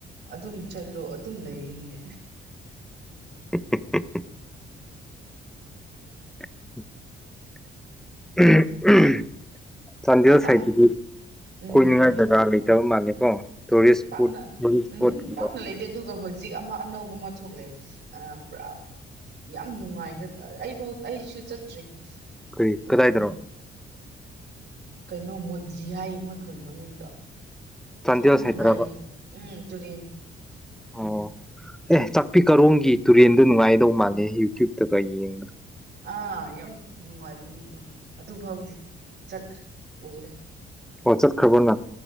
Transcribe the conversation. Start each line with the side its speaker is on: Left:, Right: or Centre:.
Right: ꯑꯗꯨꯝ ꯆꯠꯂꯣ ꯑꯗꯨꯝ ꯂꯩꯒꯅꯤ
Centre: ꯎ ꯎ <unintelligible> <inaudible> <unintelligible> ꯆꯥꯟꯗꯤꯒꯔ
Right: ꯑꯝ
Centre: ꯁꯥꯏꯠꯇꯒꯤ
Right: ꯎꯝ
Centre: ꯀꯣꯏꯅꯤꯡꯉꯥꯏ ꯖꯥꯒ ꯂꯩꯇꯦ ꯃꯥꯜꯂꯦꯀꯣ ꯇꯨꯔꯤꯁ ꯏꯁꯄꯣꯠ
Right: ꯄꯥꯛꯅ
Centre: ꯇꯨꯔꯤꯁ ꯏꯁꯄꯨꯠ
Right: ꯎꯝ
Centre: ꯀꯨꯝꯕ
Right: ꯄꯥꯛꯅ ꯂꯩꯇꯦ ꯑꯗꯨꯒ ꯍꯧꯖꯤꯛ ꯑꯃ ꯑꯅꯧꯕ ꯑꯃ ꯊꯣꯛꯂꯦ ꯄꯨꯔꯥ ꯌꯥꯝ ꯅꯨꯡꯉꯥꯏꯒ ꯑꯩꯥꯐꯥꯎ ꯑꯩꯁꯨ ꯆꯠꯇ꯭ꯔꯤ
Centre: ꯀꯔꯤ
Right: ꯎꯝ
Centre: ꯀꯗꯥꯏꯗꯔꯣ
Right: ꯀꯩꯅꯣ ꯃꯨꯖꯤ ꯍꯥꯏꯌꯦ ꯃꯣꯏ ꯈꯨꯟ ꯃꯃꯤꯡꯗꯣ
Centre: ꯆꯥꯟꯗꯦꯜ
Right: ꯌꯥꯝ ꯅꯨꯡꯉꯥꯏꯌꯦ
Centre: ꯁꯥꯏꯠꯇꯔꯕ
Right: ꯎꯝ ꯇꯨꯔꯦꯟ
Centre: ꯑꯣ ꯑꯦ ꯆꯥꯛꯄꯤ ꯀꯔꯣꯡꯝꯒꯤ ꯇꯨꯔꯦꯟꯗꯣ ꯅꯨꯡꯉꯥꯏꯗꯧ ꯃꯥꯜꯂꯦ ꯌꯨꯇ꯭ꯌꯨꯞꯇꯒ ꯌꯦꯡꯕꯗ
Right: ꯑꯥ ꯌꯥꯝ ꯅꯨꯡꯉꯥꯏꯕꯅꯤ ꯑꯗꯨ ꯑꯗꯨ ꯐꯥꯎꯗꯤ ꯆꯠꯈ꯭ꯔꯦ ꯎꯔꯦ
Centre: ꯑꯣ ꯆꯠꯔꯈꯕ ꯅꯪ